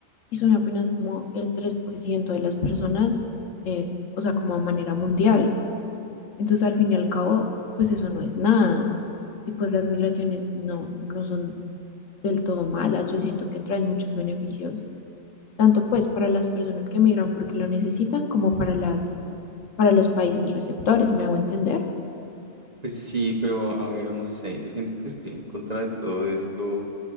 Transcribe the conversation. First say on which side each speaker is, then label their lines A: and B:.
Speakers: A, on the left; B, on the right.
A: y son apenas como el 3% de las personas, eh, o sea, como a manera mundial. Entonces, al fin y al cabo, pues eso no es nada. Y pues las migraciones no, no son del todo malas. Yo siento que traen muchos beneficios, tanto pues para las personas que migran porque lo necesitan, como para las, para los países receptores, ¿me hago entender?
B: Pues sí, pero a ver, no sé, yo siento que estoy en contra de todo esto